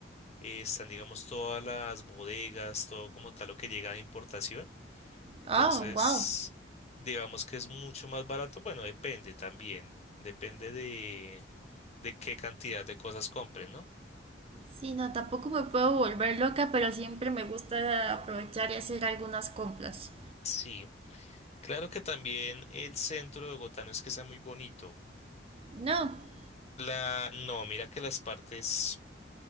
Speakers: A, on the left; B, on the right.
A: eh, están, digamos, todas las bodegas, todo como tal lo que llega de importación.
B: Ah,
A: Entonces,
B: wow.
A: digamos que es mucho más barato. Bueno, depende también. Depende de, de qué cantidad de cosas compren, ¿no?
B: Sí, no, tampoco me puedo volver loca, pero siempre me gusta aprovechar y hacer algunas compras.
A: Sí. Claro que también el centro de Bogotá no es que sea muy bonito.
B: No,
A: La, no, mira que las partes